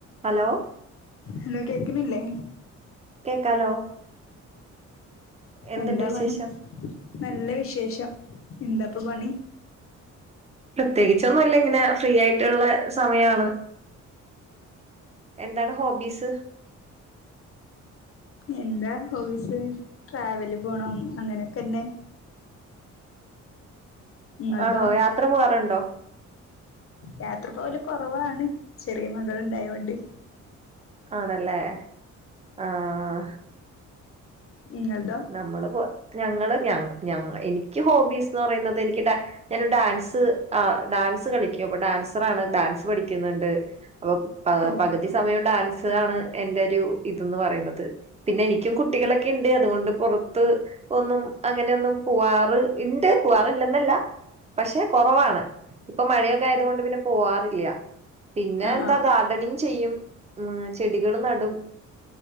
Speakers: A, on the right (about 20°); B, on the left (about 45°).
A: Hello
B: hello കേക്ക്ണില്ലേ
A: കേക്കാലോ എന്തുണ്ട്
B: എന്താ
A: വിശേഷം
B: പണി നല്ല വിശേഷം എന്താപ്പ പണി
A: പ്രത്യേകിച്ചൊന്നുല്ല ഇങ്ങനെ ഫ്രീയായ് ട്ട്ള്ളെ സമയാണ് എന്താണ് ഹോബീസ്
B: എന്താ ഹോബീസ് ട്രാവല് പോണം അങ്ങനെയൊക്കെന്നെ നിങ്ങളതോ
A: ആണോ യാത്ര പോവാറ്ണ്ടോ
B: യാത്ര പോകല് കൊറവാണ് ചെറിയ മകൾണ്ടായോണ്ട്
A: ആണല്ലേ ആഹ്
B: നിങ്ങൾ തൊ
A: നമ്മള് പോ ഞങ്ങള് ഞ ഞങ എനിക്ക് ഹോബീസ്ന്ന് പറിണത് എനിക്ക് ടേ ഞാൻഡാൻസ് ആഹ് ഡാൻസ് കളിക്യു അപ്പൊഡാൻസറാണ് ഡാൻസ് പഠിക്യു ന്ന്ണ്ട് അഭോ പാ
B: ഓ
A: പഗ്തീസ് സമയും ഡാൻസ് ആണ് എന്റരു ഇതന്ന് പറയുന്നത് പിന്നെ എനിക്യു കുട്ടികളൊക്കെണ്ട് അതുകൊണ്ടും പൊറത്ത് ഒന്നും അങ്ങനെന്നും പോവാറ് ഇണ്ട് പോവാറില്ലെന്നല്ല പക്ഷെ കൊറവാണ് ഇപ്പൊ മഴയൊക്കെ ആയതുകൊണ്ട് പിന്നെ പോവാറില്യ പിന്നെ
B: ആ
A: എന്താ
B: ആ
A: ഗാർഡനിങ് ചെയ്യും മ് ചെടികള് നടും